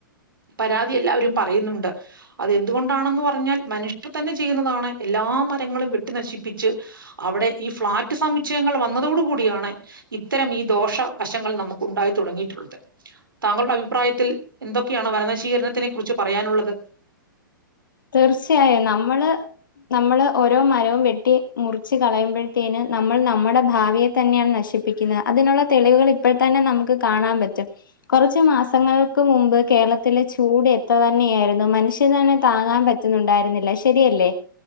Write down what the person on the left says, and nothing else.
തീർച്ചയായും നമ്മള്. നമ്മള് ഓരോ മരവും വെട്ടി മുറച്ച് കളയുമ്പോഴത്തേന് നമ്മൾ നമ്മുടെ ഭാവിയെ തന്നെയാണ് നശിപ്പ പ്പിക്കുന്നത് അതിനുള്ള തെളിവുകൾ ഇപ്പോഴ തന്നെ നമുക്ക് കാണാൻ പറ്റും. കുറച്ച് മാസങ്ങൾക്ക് മുമ്പ് കേരളത്തിലെ ചൂട് എത്ര തന്നെയായിരുന്നു. മനുഷ്യൻ തന്നെ താങ്ങാൻ പറ്റുന്നുണ്ടായിരുന്നില്ല ശരിയല്ലേ?